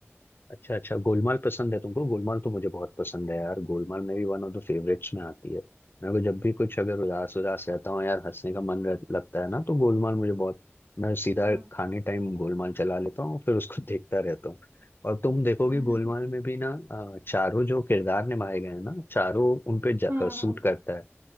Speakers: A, on the left; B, on the right.
A: अच्छा अच्छा गोलमाल पसंद है तुमको गोलमाल तो मुझे बहुत पसंद है यार गोलमाल मेरी वन ऑफ द फेवरेट्स में आती है मेरे को जब भी कुछ अगर उदास उदास रहता हूँ यार हंसने का मन रह, लगता है ना तो गोलमाल मुझे बहुत मैं सीधा
B: हाँ
A: खाने टाइम गोलमाल चला लेता हूँ फिर उसको <laughs> देखता रहता हूँ और तुम देखोगे
B: <laughs>
A: गोलमाल में भी ना अ, चारों जो किरदार निभाए गए हैं ना चारों उन पे
B: हाँ
A: सूट
B: हाँ
A: करता है